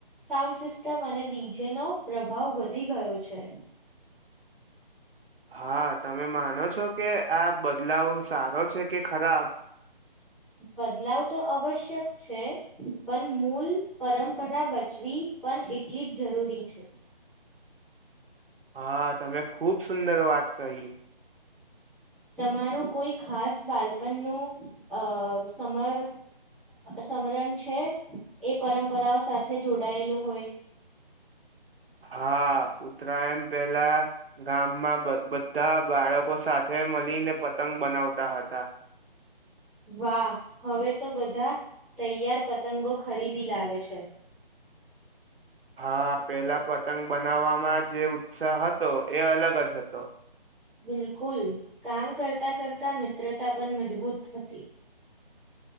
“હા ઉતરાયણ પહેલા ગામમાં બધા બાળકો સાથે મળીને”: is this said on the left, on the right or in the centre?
Right